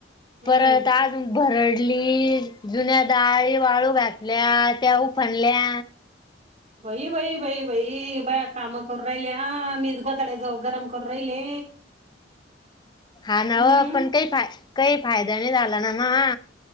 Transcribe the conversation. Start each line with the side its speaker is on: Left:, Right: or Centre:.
Right: हम्म
Left: परत अजून भरडली जुन्या डाळी वाळू घातल्या त्या उफनल्या.
Right: बाई बाई बाई बाई बया काम करू राहिले हा मी गोधड्या जाऊ गरम करू राहिले
Left: हा ना
Right: हम्म
Left: ओ पण काही फाय काही फायदा नाही झाला ना महा